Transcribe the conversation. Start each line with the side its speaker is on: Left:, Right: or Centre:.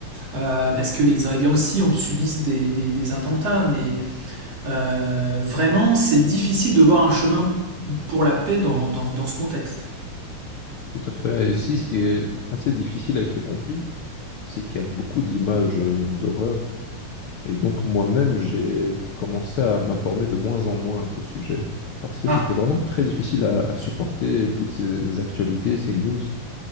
Right: euh, parce que les Israéliens aussi ont subi des, des- des attentats, mais euh, vraiment, c'est difficile de voir un chemin pour la paix dans, dans, dans ce contexte.
Left: Tout à fait. Et aussi, ce qui est assez difficile avec ce conflit, c'est qu'il y a beaucoup d'images euh, d'horreur. Et donc moi-même, j'ai commencé à m'informer de moins en moins à ce sujet, parce que
Right: Ah.
Left: c'était vraiment très difficile à, à supporter toutes ces actualités, ces news.